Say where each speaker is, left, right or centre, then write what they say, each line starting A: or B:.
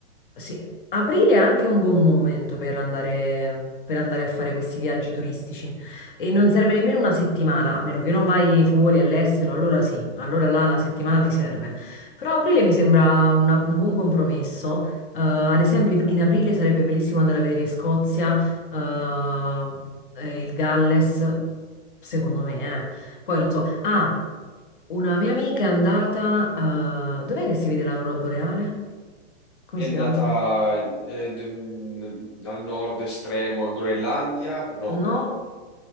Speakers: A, on the left; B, on the left.
A: Sì, aprile è anche un buon momento per andare, per andare a fare questi viaggi turistici e non serve nemmeno una settimana, a meno che non vai fuori all'estero, allora sì, allora là una settimana ti serve. Però aprile mi sembra una- un buon compromesso. Eh, ad esempio in, in aprile sarebbe bellissimo andare a vedere Scozia, eh, e il Galles, secondo me, eh. Poi non so, ah, una mia amica è andata, eh, dov'è che si vede l'aurora boreale? Come
B: È
A: si
B: andata
A: chiama?
B: eh, d- dal nord estremo in Groenlandia, no,
A: No,